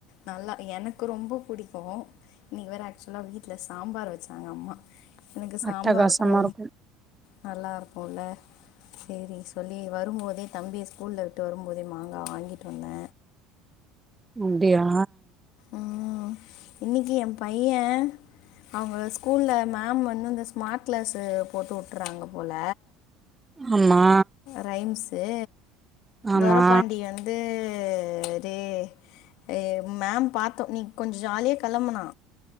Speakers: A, on the left; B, on the right.
A: நல்லா எனக்கு ரொம்ப புடிக்கு இன்னக்கி வேற ஆக்சுவலா வீட்ல சாம்பார் வச்சாங்க அம்மா எனக்கு சாம்பாருக்கு
B: அட்டகாசமா இருக்கு
A: நல்லா இருக்குல செரி சொல்லி வரும்போதே தம்பிய ஸ்கூலில விட்டு வரும் போதே மாங்கா வாங்கிட்டு வந்த
B: அப்டியா
A: ம் இன்னிக்கு ஏ பைய அவுங்க ஸ்கூல மேம் வந்து இந்த ஸ்மார்ட் கிளாஸு போட்டு வுட்றாங்க போல
B: ஆமா
A: ரைம்ஸு
B: ஆமா
A: தொரப்பாண்டி வந்து ரே ஏ மேம் பாத்த ஒன்னி கொஞ்ச ஜாலியா கிளம்புனா